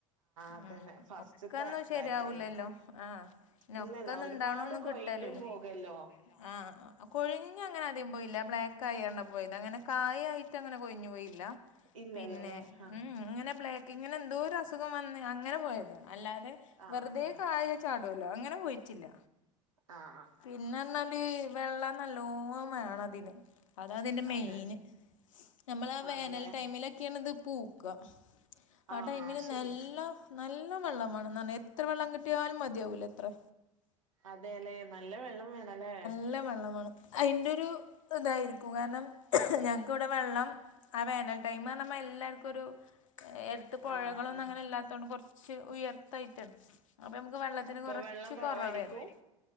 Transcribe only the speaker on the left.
ആ
ഒക്കൊന്നും
ശരിയാവൂലല്ലോ ആഹ്
ഒക്കൊന്നും
ഇണ്ടാവണതൊന്നും
കിട്ടില്ലല്ലോ
ആ കൊഴിഞ്ഞ് അങ്ങനെ ആദ്യം പോയില്ല ബ്ലാക്ക് ആയികാണ്ടാ പോയത് അങ്ങനെ കായായിട്ട് അങ്ങനെ കൊഴിഞ്ഞു പോയില്ല
പിന്നെ
ഉം ഇങ്ങനെ ബ്ലാക്ക് ഇങ്ങനെ എന്തോ ഒരു അസുഖം വന്ന് അങ്ങനെ പോയതാണ് അല്ലാതെ
വെറുതെ കായ ചാടൊല്ലോ അങ്ങനെ പോയിട്ടില്ല
പിന്നെന്നാല് വെള്ളം നല്ലോം വേണം അതിന് അതാ അതിന്റെ മെയിന്
നമ്മളാ വേനൽ
ടൈമിലൊക്കെയാണ് ഇത് പൂക്കാ ആ
ടൈമില്
നല്ലം നല്ലം വെള്ളം വേണം എത്ര വെള്ളം കിട്ടിയാലും മതിയാവൂലത്രെ
നല്ലം വെള്ളം വേണം അതിന്റെ ഒരു ഇതായിരിക്കും കാരണം ഞങ്ങക്കിവിടെ വെള്ളം ആ വേനൽ ടൈമിൽ നമ്മ എല്ലാർക്കും ഒരു അടുത്ത് പുഴകളൊന്നും
അങ്ങനെ ഇല്ലാത്തതോണ്ട് കൊറച്ച് ഉയരത്തായിട്ടാണ് അപ്പൊ നമുക്ക് വെള്ളത്തിന്
കൊറച്ച്
കുറവായിരുന്നു